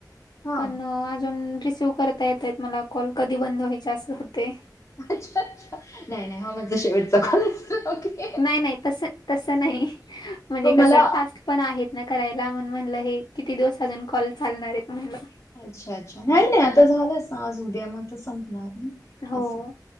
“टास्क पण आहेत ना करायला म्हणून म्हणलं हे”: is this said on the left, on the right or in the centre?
Left